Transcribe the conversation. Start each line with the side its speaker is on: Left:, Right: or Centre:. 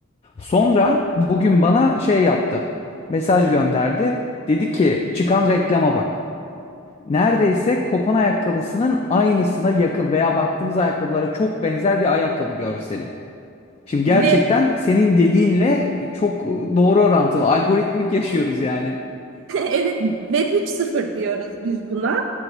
Left: Sonra bugün bana şey yaptı mesaj gönderdi dedi ki çıkan reklama bak. Neredeyse kopan ayakkabısının aynısına yakın veya baktığımız ayakkabılara çok benzer bir ayakkabı görseli. Şimdi gerçekten
Right: Ve
Left: senin dediğinle çok doğru orantılı. Algoritmik yaşıyoruz yani.
Right: Evet, Web üç sıfır diyoruz biz buna.